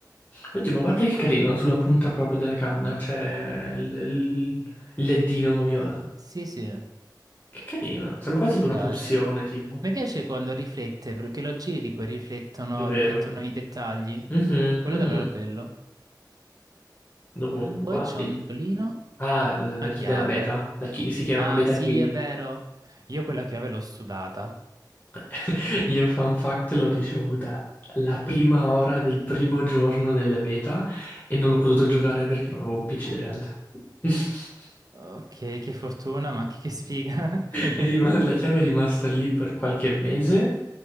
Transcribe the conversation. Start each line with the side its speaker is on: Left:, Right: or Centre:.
Left: Oddio, ma guarda che carino, sulla punta proprio della canna c'è il, il- il leddino viola.
Right: Sì, sì,
Left: Che carino, sembra quasi
Right: mi
Left: tipo
Right: piace.
Left: una pozione, tipo.
Right: Mi piace quando riflette, perché lo giri tipo e riflettono,
Left: È vero.
Right: riflettono i dettagli.
Left: Mhm,
Right: Quello
Left: mhm.
Right: è davvero bello.
Left: Dopo un
Right: Poi
Left: batti.
Right: ciondolino,
Left: Ah, l- la
Right: una
Left: key
Right: chiave.
Left: della beta. La key si chiama
Right: Ah,
Left: beta
Right: sì,
Left: key.
Right: è vero. Io quella chiave l'ho sudata.
Left: <laughs> Io, fun fact, l'ho ricevuta la prima ora del primo giorno delle beta e non l'ho potuto giocare perché non avevo un PC decente. <laughs>
Right: Ok, che fortuna, ma anche che sfiga. <laughs>
Left: È rima- la chiave è rimasta lì per qualche mese,